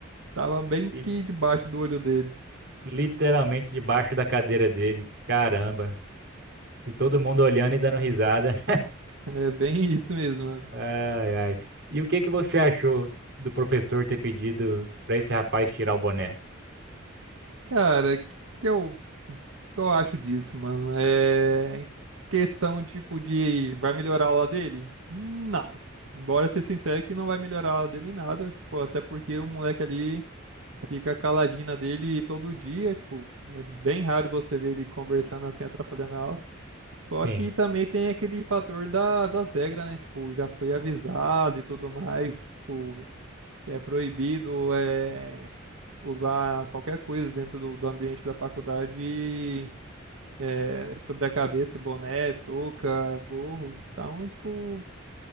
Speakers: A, on the right; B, on the right.
A: tava bem
B: E
A: que debaixo do olho dele.
B: literalmente debaixo da cadeira dele. Caramba. E todo mundo olhando e dando risada.
A: É bem isso mesmo, mano.
B: <laughs> Ai, ai. E o que que você achou do professor ter pedido para esse rapaz tirar o boné?
A: Cara, que que é O que que eu acho disso, mano? É questão tipo de vai melhorar a aula dele? Não. Bora ser sincero que não vai melhorar a aula dele em nada, tipo, até porque o moleque ali fica caladinho na dele todo dia, tipo, é bem raro você ver ele conversando assim, atrapalhando a aula. Só
B: Sim,
A: que também tem aquele fator da, das regras, né? Tipo, já foi avisado e tudo mais, tipo, é proibido, é usar qualquer coisa dentro do, do ambiente da faculdade é, sobre a cabeça, boné, touca, gorro. Então, tipo,